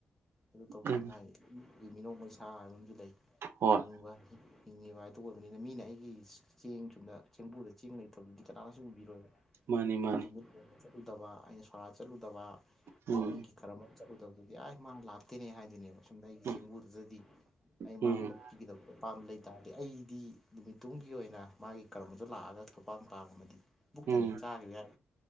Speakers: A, in the centre; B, on the right (about 70°).
A: ꯑꯗꯨ ꯇꯧꯗꯦꯅ
B: ꯎꯝ
A: ꯍꯥꯢ ꯃꯤ ꯒꯤ ꯃꯤꯅꯣꯛ ꯃꯩꯁꯥ ꯍꯥꯢꯕ ꯑꯃꯖꯨ ꯂꯩ
B: ꯍꯣꯏ
A: ꯍꯤꯡꯅꯤꯡꯕ ꯍꯤꯡꯉꯦꯕ ꯍꯥꯢꯗꯣ ꯑꯣꯢꯕꯅꯤꯅ ꯃꯤꯅ ꯑꯩꯒꯤ ꯆꯦꯡ ꯁꯨꯝꯗ ꯆꯦꯡꯕꯨꯗ ꯆꯦꯡ ꯂꯩꯇꯕꯗꯨꯗꯤ ꯀꯅꯥꯅꯁꯨ ꯎꯕꯤꯔꯣꯢꯕ
B: ꯃꯥꯅꯤ ꯃꯥꯅꯤ
A: ꯑꯩꯅ ꯁꯨꯝ ꯆꯠꯂꯨꯗꯕ ꯑꯩꯅ ꯁꯣꯔꯥꯠ ꯆꯠꯂꯨꯗꯕ ꯑꯗꯩ
B: ꯎꯝ
A: ꯃꯤꯒꯤ ꯀꯔ ꯑꯃ ꯆꯠꯂꯨꯗꯕꯗꯨꯗꯤ ꯑꯩ ꯃꯥ ꯂꯥꯛꯇꯦꯅꯦ ꯍꯥꯢꯗꯨꯢꯅꯦꯕ ꯁꯣꯝꯗ ꯑꯩꯒꯤ
B: ꯎꯝ
A: ꯆꯦꯡꯒꯗꯨꯖꯗꯤ ꯑꯩ
B: ꯎꯝ
A: ꯃꯉꯣꯟꯗ ꯄꯤꯒꯗꯞ ꯑꯄꯥꯝ ꯂꯩ ꯇꯥꯔꯗꯤ ꯑꯩꯗꯤ ꯅꯨꯃꯤꯠꯇꯨꯒꯤ ꯑꯣꯢꯅ ꯃꯥꯒꯤ ꯀꯔꯝꯃꯗꯨ ꯂꯥꯛꯑꯒ ꯊꯝꯄꯥꯛ ꯈꯨꯟꯄꯥꯛ ꯄꯨꯛꯊꯟꯅ
B: ꯎꯝ
A: ꯆꯥꯒꯤꯕ ꯌꯥꯢ